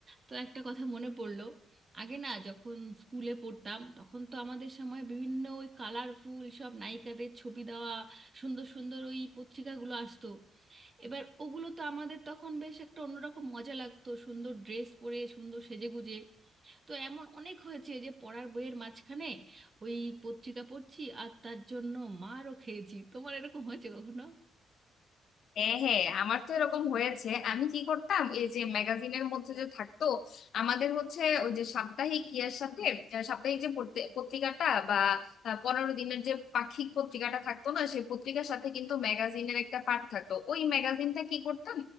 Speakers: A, on the right; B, on the left.
A: তো একটা কথা মনে পড়লো আগে না যখন স্কুলে পড়তাম তখন তো আমাদের সময় বিভিন্ন ওই কালারফুল সব নায়িকাদের ছবি দেওয়া সুন্দর সুন্দর ওই পত্রিকাগুলো আসতো এবার ওগুলো তো আমাদের তখন বেশ একটা অন্যরকম মজা লাগতো সুন্দর ড্রেস পরে সুন্দর সেজেগুজে তো এমন অনেক হয়েছে যে পড়ার বইয়ের মাঝখানে ওই পত্রিকা পড়ছি আর তার জন্য মারও খেয়েছি তোমার এরকম হয়েছে কখনো
B: হ্যাঁ হ্যাঁ আমার তো এরকম হয়েছে আমি কি করতাম এই যে ম্যাগাজিনের মধ্যে যে থাকতো আমাদের হচ্ছে ওই যে সাপ্তাহিক ইয়ার সাথে আহ, সাপ্তাহিক যে পড়তে- পত্রিকাটা বা আহ, পনেরো দিনের যে পাক্ষিক পত্রিকাটা থাকতো না সেই পত্রিকার সাথে কিন্তু ম্যাগাজিনের একটা পার্ট থাকতো ওই ম্যাগাজিনটা কি করতাম